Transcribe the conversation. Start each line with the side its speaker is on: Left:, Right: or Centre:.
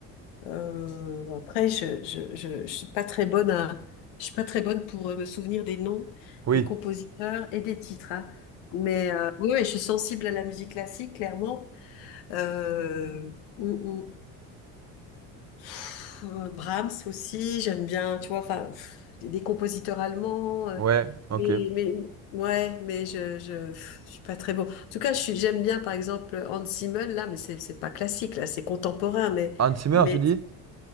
Left: euh, après, je, je, je, je suis pas très bonne à, je suis pas très bonne pour euh, me souvenir des noms,
Right: Oui.
Left: des compositeurs et des titres. hein. Mais euh, oui, oui, je suis sensible à la musique classique, clairement. Euh, hum, hum. Pff, euh, Brahms aussi, j'aime bien. Tu vois, enfin, pff, des compositeurs allemands. euh,
Right: Ouais, ok.
Left: mais, mais ouais, mais je, je, pff, je suis pas très beau. En tout cas, je suis, j'aime bien par exemple Hans Zimmer là, mais c'est, c'est pas classique là, c'est contemporain, mais,
Right: Hans Zimmer,
Left: mais
Right: tu dis?